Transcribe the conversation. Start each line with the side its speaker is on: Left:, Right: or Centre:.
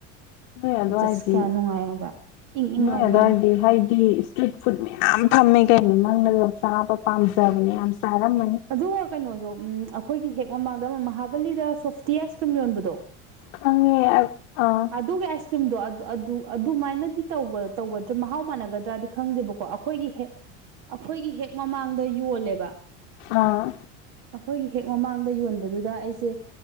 Left: ꯅꯣꯏ
Right: ꯀꯣꯏꯆꯠꯁꯤ
Left: ꯑꯗꯨꯋꯥꯏꯗꯤ
Right: ꯀꯌꯥ ꯅꯨꯡꯉꯥꯏꯔꯕ꯭ꯔꯥ ꯏꯪ
Left: ꯅꯣꯏ
Right: ꯏꯪ ꯂꯧꯗꯥꯅꯤ
Left: ꯑꯗꯨꯋꯥꯏꯗꯤ ꯍꯥꯏꯗꯤ ꯏꯁꯇ꯭ꯔꯤꯠ ꯐꯨꯗ ꯃꯌꯥꯝ ꯐꯝꯃꯦ ꯀꯩꯅꯣ ꯅꯪꯅ ꯆꯥꯕ ꯄꯥꯝꯖꯕꯅꯦ ꯌꯥꯝ ꯆꯥꯔꯝꯃꯅꯤ
Right: ꯑꯗꯨꯒ ꯀꯩꯅꯣꯁꯨꯣ ꯎꯝ ꯑꯩꯈꯣꯏꯒꯤ ꯍꯦꯛ ꯃꯃꯥꯡꯗ ꯑꯃ ꯃꯍ ꯕꯂꯤꯗ ꯁꯣꯐꯇꯤ ꯑꯥꯏꯁ ꯀ꯭ꯔꯤꯝ ꯌꯣꯟꯕꯗꯣ
Left: ꯈꯪꯉꯦ ꯑ ꯑꯥ
Right: ꯑꯗꯨꯒꯤ ꯑꯁ ꯀ ꯏꯁ꯭ꯔꯤꯝꯗꯣ ꯑꯗꯨꯃꯥꯏꯅꯗꯤ ꯇꯧꯒꯗ꯭ꯔꯥ ꯃꯍꯥꯎ ꯃꯥꯟꯅꯒꯗ꯭ꯔꯥꯗꯤ ꯈꯪꯗꯦꯕꯀꯣ ꯑꯩꯈꯣꯏꯒꯤ ꯍꯦꯛ ꯑꯩꯈꯣꯏꯒꯤ ꯍꯦꯛ ꯃꯃꯥꯡꯗ ꯌꯣꯜꯂꯦꯕ
Left: ꯑꯥ
Right: ꯑꯩꯈꯣꯏꯒꯤ ꯍꯦꯛ ꯃꯃꯥꯡꯗ ꯌꯣꯟꯕꯗꯨꯗ ꯑꯩꯁꯦ